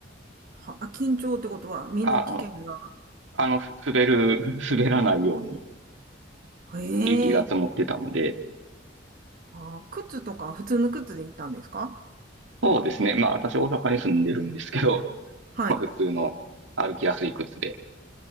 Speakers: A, on the right (about 50°); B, on the right (about 85°).
A: は、緊張ってことは身の危険が。
B: あ、あの、あの、す滑る、<laughs> 滑らないように
A: へ
B: 雪が積もってたので、
A: え。あー、靴とか普通の靴で行ったんですか
B: そうですね。まあ、私大阪に住んでるんですけど、<laughs>
A: はい。
B: まあ、普通の歩きやすい靴で